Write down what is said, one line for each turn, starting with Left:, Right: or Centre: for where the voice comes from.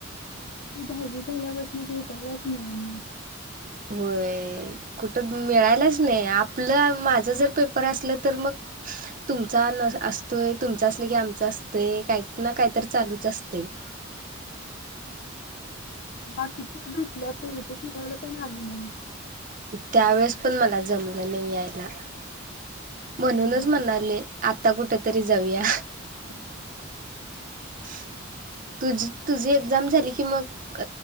Left: बी दहावी झाल्यापासून भेटायलाच नाही.
Right: होय कुठं मिळायलाच नाही आपलं माझं जर पेपर असलं तर मग. तुमचा न असतोय तुमच असल की आमच असतंय काही ना काहीतरी चालूच असते. <unintelligible>
Left: बाकीची भेटल्या तरी तू फिरावला पण आली ना.
Right: त्यावेेळेस पण मला जमलं नाही यायला म्हणूनच
Left: गावाला
Right: म्हणाले
Left: गेली.
Right: आता कुठेतरी जाऊया.
Left: हम्
Right: <unintelligible> तु तुझी एक्झाम झाली की मग